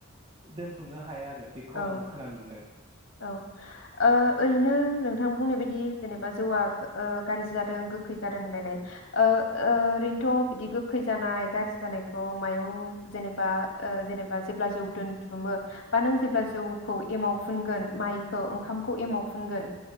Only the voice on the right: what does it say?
दोनथुमनो हाया आरो बेखौ
आं खोनानो मोनदों